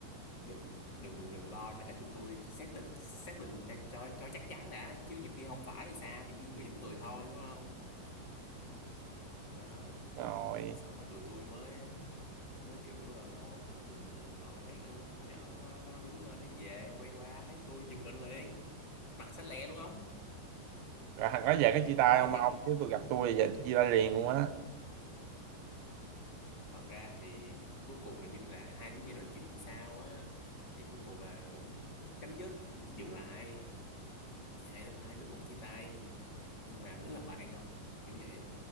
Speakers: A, on the left; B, on the right.
A: đừng đừng đừng lo để tụi tôi xác định xác định cho cho cho chắc chắn đã chứ nhiều khi không phải thì sao nhiều khi người giống người thôi đúng không đó
B: rồi
A: xong cái tụi tôi mới mới kiểu ờ, ngồi nhìn nhìn nhìn họ lát nữa con nhỏ nó nó đứng lên nó về quay qua thấy tôi giật mình liền mặt xanh lè luôn không
B: rồi thằng đó về có chia tay
A: cái
B: không
A: gì vậy
B: ông chứ tôi gặp tôi giờ chia tay liền luôn á
A: thật ra thì cuối cùng mình như là hai đứa về nói chuyện sao á thì cuối cùng là cũng chấm dứt cũng dừng lại Thì hai đứa hai đứa cũng chia tay nhưng mà vẫn làm bạn không kiểu vậy á.